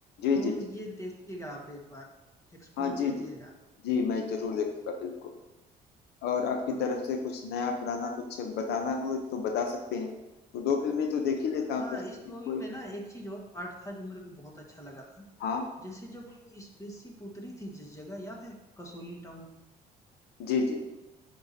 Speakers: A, on the left (about 75°); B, on the left (about 20°).
A: जी
B: तो
A: जी
B: ये
A: जी
B: देखिएगा आप एक बार, एक्सप्लोर
A: हाँ जी
B: करिएगा।
A: जी जी मैं जरूर देखूंगा फिल्म को और आपकी
B: और
A: तरफ से कुछ नया पुराना कुछ बताना हो तो बता सकते हैं तो दो फिल्में तो देख ही लेता
B: हाँ,
A: हूँ,
B: हाँ,
A: पर
B: इस मूवी
A: कोई
B: में ना एक चीज़ और पार्ट था जो मेरे को बहुत अच्छा लगा था।
A: हाँ
B: जैसे जब वो स्पेसशिप उतरी थी जिस जगह, याद है कसौली टाउन
A: जी जी